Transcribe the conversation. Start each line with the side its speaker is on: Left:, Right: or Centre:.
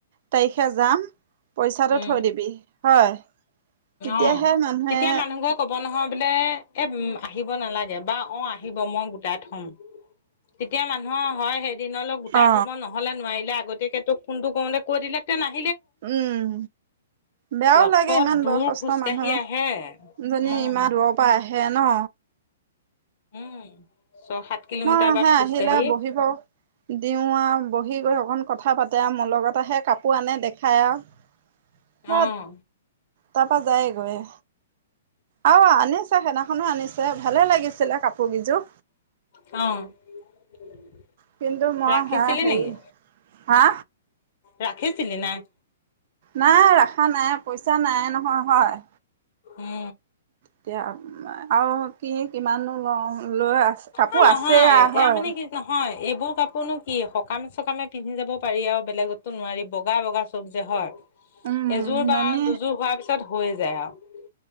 Right: তাই হে যাম পইচাটো
Left: উম
Right: থৈ দিবি হয় তেতিয়াহে
Left: অ
Right: মানুহে
Left: তেতিয়া মানুহ ঘৰে ক'ব নহয় বোলে এম আহিব নালাগে বা অ আহিব মই গোটাই থম তেতিয়া মানুহৰ হয় সেই দিনলে গোটাই
Right: অ
Left: থ'ব নহ'লে নোৱাৰিলে আগতীয়াক কোনটো কওঁতে কৈ দিলে নাই
Right: উম বেয়াও
Left: অত
Right: লাগে ইমান
Left: দূৰ
Right: বয়সস্থ
Left: খোজকাঢ়ি
Right: মানুহ
Left: আহে
Right: জনী
Left: উম
Right: ইমমান দূৰৰ পৰা আহে। সেয়া ন'
Left: উম ছয় সাত কিলোমিটাৰ
Right: মই আহে
Left: বাট খোজকাঢ়ি
Right: আহিলে বহিব দিওঁ আৰু বহি গৈ অকন কথা পাতে আৰু মোৰ লগত আহে কাপোৰ আনে দেখায় আৰু স
Left: অঁ
Right: তাৰপা যায়ে গৈ আহ আনিছে সেইদিনাখনো আনিছে ভালে লাগিছিলে কাপোৰ কিযোৰ
Left: অ' <inaudible>
Right: কিন্তু মই
Left: ৰাখিছিলি
Right: সেয়া সেই
Left: নেকি?
Right: হা
Left: ৰাখিছিলি নাই
Right: নাই ৰখা নাই পইচা নাই নহয় হয়
Left: এ।
Right: এতিয়া আৰু কি কিমানো ল ও লৈ আছে। কাপোৰ
Left: অ নহয়
Right: আছে হয়
Left: এয়া মানে কি নহয়। এইবোৰ কাপোৰনো কি সকামে চকামে পিন্ধি যাব পাৰি আৰু বেলেগতো নোৱাৰি বগা বগা চব যে হয়।
Right: উম
Left: এযোৰ বা
Right: ননী
Left: দুযোৰ হোৱাৰ পিছত। হৈ যায় আৰু।